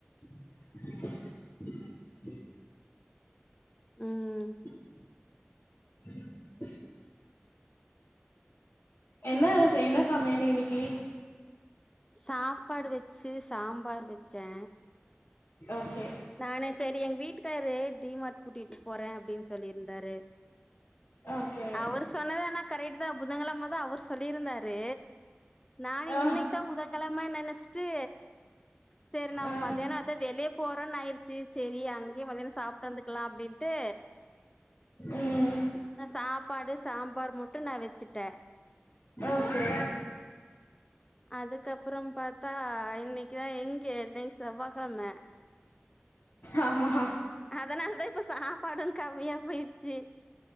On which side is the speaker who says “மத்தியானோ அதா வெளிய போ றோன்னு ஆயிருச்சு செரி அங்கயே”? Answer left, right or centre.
Left